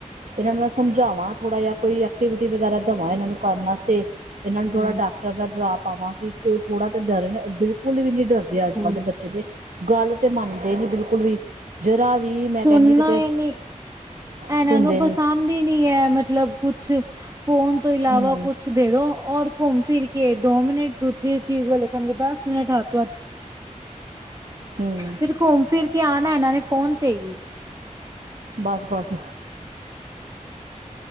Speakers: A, on the right; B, on the right.
A: ਇਹਨਾਂ ਨੂੰ ਮੈਂ ਸਮਝਾਵਾਂ ਥੋੜ੍ਹਾ ਜਿਹਾ ਕੋਈ ਐਕਟੀਵਿਟੀ ਵਗੈਰਾ ਦੇਵਾਂ ਇਹਨਾਂ ਨੂੰ ਕਰਨ ਵਾਸਤੇ। ਇਹਨਾਂ ਨੂੰ
B: ਹੂੰ
A: ਥੋੜਾ ਡਾਕਟਰ ਦਾ ਡਰਾ ਪਾਵਾਂ ਕਿ ਥੋੜਾ ਤਾਂ ਡਰਨ ਬਿਲਕੁਲ ਵੀ ਨੀ ਡਰਦੇ ਆ ਅੱਜ-ਕੱਲ੍ਹ
B: ਹੂੰ
A: ਦੇ ਬੱਚੇ ਤੇ ਗੱਲ ਤੇ ਮੰਨਦੇ ਨੀ ਬਿਲਕੁਲ ਵੀ ਜਰਾ ਵੀ
B: ਸੁਨਣਾ
A: ਮੈਂ ਕਹਿੰਦੀ ਕਿਤੇ
B: ਏ ਨੀ। ਇਹਨਾਂ
A: ਸੁਣਦੇ
B: ਨੂੰ ਪਸੰਦ
A: ਨੀ
B: ਹੀ ਨੀ ਐ ਮਤਲਬ ਕੁਛ ਫੋਨ ਤੋਂ ਇਲਾਵਾ
A: ਹੂੰ
B: ਕੁਛ ਕੁਛ ਦੇ ਦੋ ਔਰ ਘੁੰਮ ਫਿਰ ਕੇ ਦੋ ਮਿੰਟ ਦੂਜੀ ਚੀਜ਼ ਵੱਲ ਦੇਖਣਗੇ ਦਸ ਮਿੰਟ ਹੱਦ ਤੋਂ ਵੱਧ
A: ਹਮ
B: ਫਿਰ ਘੁੰਮ ਫਿਰ ਕੇ ਆਣਾ ਇਹਨਾਂ ਨੇ ਫੋਨ ਤੇ ਹੀ
A: ਬਸ-ਬਸ।